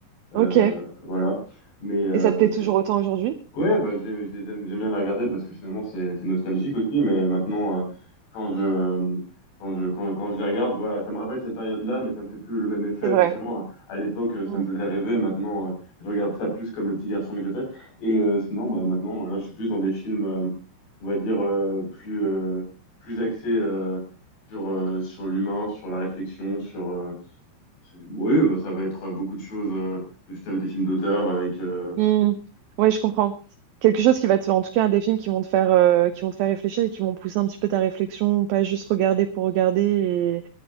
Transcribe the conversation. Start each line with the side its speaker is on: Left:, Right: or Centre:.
Left: euh,
Right: Ok.
Left: voilà. Mais euh,
Right: Et ça te plaît toujours autant aujourd'hui?
Left: Ouais, bah, je, les je les aime, j'aime bien les regarder parce que finalement c'est c'est nostalgique aussi, mais maintenant euh, quand je euh, quand je quand, quand je les regarde, voilà, ça me rappelle cette période-là, mais ça me fait plus le même effet
Right: C'est vrai.
Left: forcément. À l'époque, euh, ça
Right: Mm.
Left: me faisait rêver, maintenant euh, je regarde ça plus comme le petit garçon que j'étais. Et euh, sinon, bah maintenant, voilà, je suis plus dans des films, euh, on va dire euh, plus euh, plus axés euh, sur euh, sur l'humain, sur la réflexion, sur euh, sur- oui, bah, ça va être beaucoup de choses. euh, je des films d'auteur avec euh,
Right: Mm. Ouais, je comprends. Quelque chose qui va te, faire, en tout cas, des films qui vont te faire, euh, qui vont te faire réfléchir et qui vont pousser un petit peu ta réflexion, pas juste regarder pour regarder et